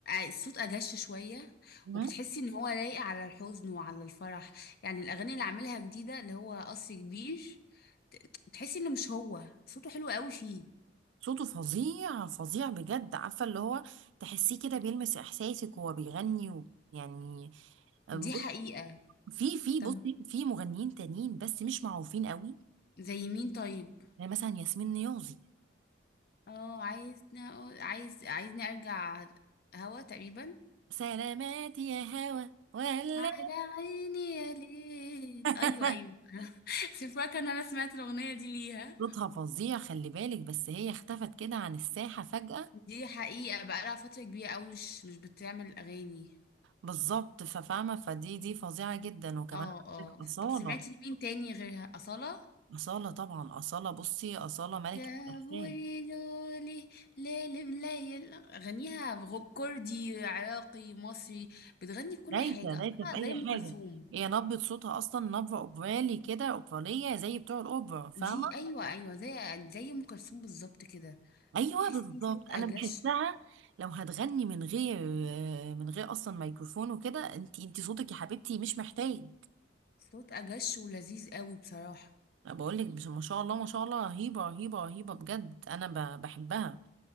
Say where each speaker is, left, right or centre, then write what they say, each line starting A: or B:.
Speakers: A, on the left; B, on the right.
A: الصوت اجش شوية
B: تمام؟
A: وبتحسي ان هو لايق على الحزن وعلى الفرح يعني الاغاني اللي عاملها جديدة اللي هو قصر كبير ت- تحسي انه مش هو صوته حلو قوي فيه
B: صوته فظيع فظيع بجد عارفة اللي هو تحسيه كده بيلمس إحساسك وهو بيغني و يعني آه،
A: دي
B: ب-
A: حقيقة
B: في في
A: طب
B: بصي في مغنيين تانيين بس مش معروفين قوي
A: زي مين طيب
B: زي مثلا ياسمين نيازي
A: اه عايزني أقول- عايز عايزني ارجع هوا تقريبا
B: سلامات يا هوا ولا
A: على عيني يا ليل
B: <laughs>
A: ايوه ايوه <laughs> سيبك ان انا سمعت الاغنيه دي ليها
B: صوتها فظيع خلي بالك بس هي اختفت كده عن الساحة فجأة
A: دي حقيقه بقى لها فتره كبيره قوي مش مش بتعمل اغاني
B: بالظبط ففاهمة فدي دي فظيعة جدا وكمان
A: اه اه
B: عندك أصالة
A: طب سمعتي لمين تاني غيرها اصاله
B: أصالة طبعا أصالة بصي أصالة ملكة
A: جابولي
B: الألحان
A: لولي ليل مليل غنيها كردي عراقي مصري بتغني في كل
B: دايسة
A: حاجه
B: دايسة
A: أصالة
B: في أي
A: زي ام كلثوم
B: حاجة هي نبرة صوتها أصلا نبرة أوبرالي كده أوبرالية زي بتوع الأوبرا فاهمة
A: دي ايوه ايوه زي زي ام كلثوم بالظبط كده
B: أيوة
A: تحسي
B: بالظبط
A: صوت
B: أنا
A: اجش
B: بحسها لو هتغني من غير من غير أصلا ميكروفون وكده أنت أنت صوتك يا حبيبتي مش محتاج
A: صوت اجش ولذيذ قوي بصراحه
B: أنا بقول لك بس- ما شاء الله ما شاء الله رهيبة رهيبة رهيبة بجد أنا ب- بحبها